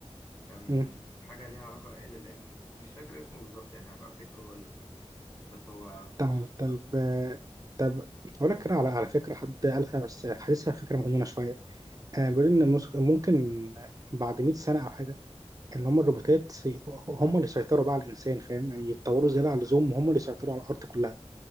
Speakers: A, on the left; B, on the right.
A: كان
B: مم.
A: حاجه ليها علاقه ال ال ام مش فاكر اسمه بالظبط يعني هبقى افتكره واقول لك بس هو
B: تمام طيب آه، طب أقول لك كده على على فكرة حد قالها بس حاسسها فكرة مجنونة شوية آه، بيقول إن المس- ممكن بعد 100 سنة أو حاجة اللي هم الروبوتات سي- هم اللي سيطروا بقى على الانسان فاهم يعني يتطوروا زياده عن اللزوم وهم اللي سيطروا على الارض كلها